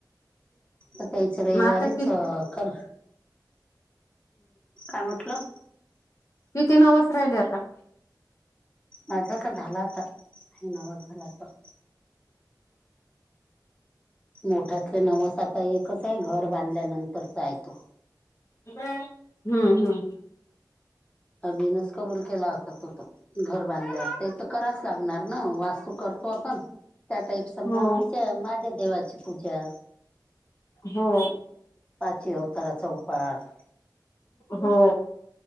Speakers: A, on the left (about 15°); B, on the left (about 45°).
A: आ तेच रविवारीच
B: मग आता कि
A: कर काय म्हटलं
B: कीतीन आवाज राहिले आता
A: माझा का झाला आता हे नाव झाला त मोठ्यातले नवस आता एकच आहे घर बांधल्यानंतरचाय तो
B: हम्म हम्म
A: अ बीनच कबूल केला होता तो घर बांधल्यावर ते तर कराच लागणार ना वास् तू करतो आपण त्या टाईप समज
B: हो
A: आमच्या माझ्या देवाची पूजा
B: हो
A: शि अवताराचां उ पाट
B: हो